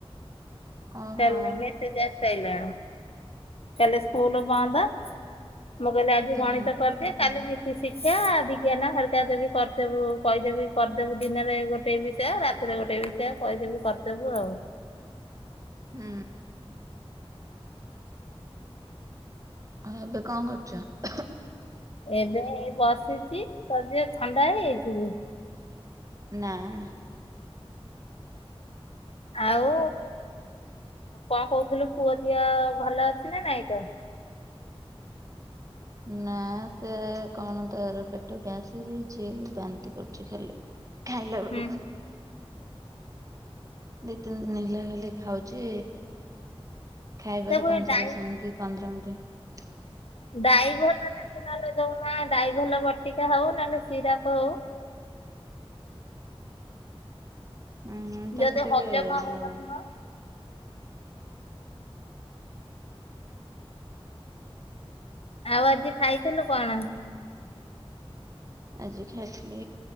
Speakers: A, on the right (about 35°); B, on the left (about 75°).
A: ଓହୋ
B: ସେ ମ - ମେସେଜ ଆସି ସାଇଲାଣି କାଲି ସ୍କୁଲ ବନ୍ଦ। ମୁଁ କହିଲି ଆଜି
A: ହୁଁ
B: ଗଣିତ କରିଦେ କାଲି ଶିକ୍ଷା ବିଜ୍ଞାନ ହାଲକା ଦେବି କରିଦେବୁ କହିଦେବି। କରିଦେବୁ ଦିନରେ ଗୋଟେ ବିଷୟ ରାତିରେ ଗୋଟେ ବିଷୟ କହିଦେବି କରିଦେବୁ ଆଉ।
A: ହୁଁ। ଆଉ ଏବେ କଣ କରୁଛ?
B: ଏବେ ବସିଛି, ତତେ ଝିଅ ଥଣ୍ଡା ହେଇଯାଇଛି କି?
A: ନା, ନା,।
B: ଆଉ କଣ କହୁଥିଲୁ ପୁଅ ଝିଅ ଭଲ ଅଛି ନା ନାଇଁ ତ
A: ନା ସେ କଣ ତାର ପେଟ ଗ୍ୟାସ ହେଇଯାଇଛି ବାନ୍ତି କରୁଛି ଖାଲି। ଖାଇଲା ବେଳକୁ
B: ହୁଁ।
A: ଦି ତିନି ଦିନ ହେଲା ଖାଲି ଖାଉଛି ଖାଇବାର
B: ତାକୁ
A: ପାଞ୍ଚ
B: ଏ ଡାଇ
A: ଦଶ ମିନିଟ୍ ପନ୍ଦର ମିନିଟି
B: ଡ଼ାଇଭଲ୍ ନହେଲେ ଦଉନା ଡ଼ାଇଭଲ ବଟିକା ହଉ ନ ହେଲେ ସିରାପ ହଉ।
A: ଉଁ ତାକୁ
B: ଯଦି
A: ଟିକେ
B: ହଜମ ହଉନଥିବ।
A: ଯୋଉ
B: ଆଉ ଆଜି ଖାଇଥିଲୁ କଣ?
A: ଆଜି ଖାଇଥିଲି